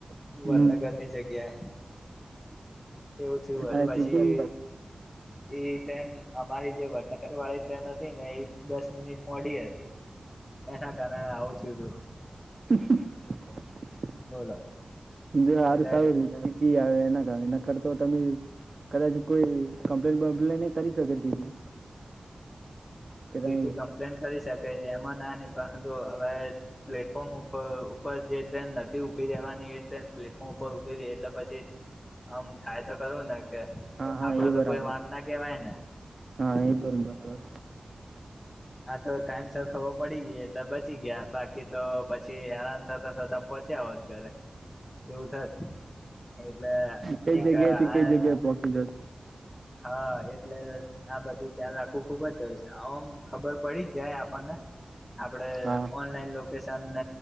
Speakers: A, on the right; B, on the left.
A: હમ
B: વડનગરની જગ્યાએ એવું થયું હોત
A: આ
B: પછી
A: ટીટી
B: એ ટાઈમ અમારી જે વડનગર વાળી ટ્રેન હથી ને એ દસ મિનિટ મોડી હતી એના કારણે આવું થયું તું
A: હા હા
B: બોલો
A: હારું
B: એટલે
A: થયું <unintelligible> થી આવે એના એના કરતા તમે કદાચ કોઈ કમ્પ્લેન બમ્પ્લેન એ કરી શકે ટીટી કે
B: ટીટી
A: તમે
B: કમ્પ્લેન કરી શકે એમાં ના ની પરંતુ હવે પ્લેટફોર્મ ઉપર ઉપર જે ટ્રેન નથી ઉભી રહેવાની એ ટ્રેન પ્લેટફોર્મ ઉપર ઉભીરી એટલે પછી આમ થાય તો ખરુ ને કે
A: હા હા
B: આપડો
A: એ બરાબર
B: તો કોઈ વાંક ના કેવાય ને
A: હા એ પણ બરાબર.
B: હા તો ટાઈમ સર ખબર પડી ગયો એટલે બ બચી ગયા બાકી તો પછી આરામ થતા થતા પહોંચ્યા હોત ઘરે. એવું થત એટલે
A: કઈ
B: એક
A: જગ્યાથી
B: આ
A: કઈ જગ્યા પોહોચી જત
B: હા એટલે આ બધું ધ્યાન રાખવું ખુબ જ જ છે એમ ખબર પડી જ જાય પણ આપડણે
A: હા
B: ઓનલાઈન લોકેશ તન